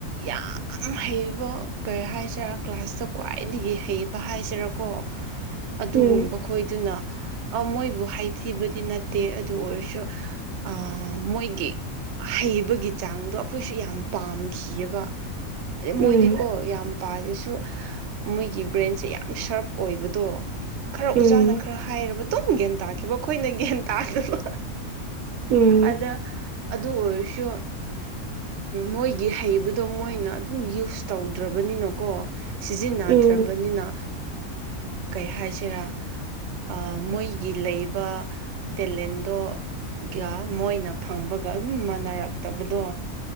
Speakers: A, on the right; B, on the right.
A: ꯌꯥꯝ ꯍꯩꯕꯣ꯫ ꯀꯩ ꯍꯥꯏꯁꯤꯔ ꯀ꯭ꯂꯥꯁꯇ ꯈ꯭ꯋꯥꯏꯗꯒꯤ ꯍꯩꯕ ꯍꯥꯏꯁꯤꯔꯀꯣ ꯑꯗꯨꯒꯨꯝꯕ꯫
B: ꯎꯝ
A: ꯈꫭꯏꯗꯨꯅ ꯑꯃꯣꯏꯕꯨ ꯍꯥꯏꯊꯤꯕꯗꯤ ꯅꯠꯇꯦ ꯑꯗꯨ ꯑꯣꯏꯔꯁꯨ꯫ ꯑꯥ ꯃꯣꯏꯒꯤ꯫ ꯍꯩꯕꯒꯤ ꯆꯥꯡꯗꯣ ꯑꯈꯣꯏꯁꯨ ꯌꯥꯝ ꯄꯥꯝꯈꯤꯌ‌ꯦꯕ꯫ ꯑꯗꯩ
B: ꯎꯝ
A: ꯃꯣꯏꯗꯤꯀꯣ ꯌꯥꯝ ꯄꯥꯗꯁꯨ ꯃꯣꯏꯒꯤ ꯕ꯭ꯔꯦꯟꯁꯦ ꯌꯥꯝ ꯁꯥꯔꯞ ꯑꯣꯏꯕꯗꯣ‌꯫ ꯈꯔ
B: ꯎꯝ
A: ꯎꯖꯥꯅ ꯈꯔ ꯍꯥꯏꯔꯕ ꯑꯗꯨꯝ ꯒ꯭ꯌꯥꯟ ꯇꯥꯈꯤꯕ ꯑꯈꯣꯏꯅ ꯒ꯭ꯌꯥꯟ ꯇꯥꯗꯕ꯫
B: ꯎꯝ
A: ꯑꯗ꯫ ꯑꯗꯨ ꯑꯣꯏꯔꯁꯨ ꯃꯣꯏꯒꯤ ꯍꯩꯕꯗꯣ ꯃꯣꯏꯅ ꯑꯗꯨꯝ ꯌꯨꯁ꯫ ꯇꯧꯗ꯭ꯔꯕꯅꯤꯅꯀꯣ ꯁꯤꯖꯤꯟꯅꯗ꯭ꯔꯕꯅꯤꯅ꯫
B: ꯎꯝ
A: ꯀꯩ ꯍꯥꯏꯁꯤꯔ ꯑꯥ ꯃꯣꯏꯒꯤ ꯂꯩꯕ꯫ ꯇꯦꯂꯦꯟꯗꯣꯒ ꯃꯣꯏꯅ ꯐꯪꯕꯒ ꯑꯗꯨꯝ ꯃꯥꯟꯅꯔꯛꯇꯕꯗꯣ꯫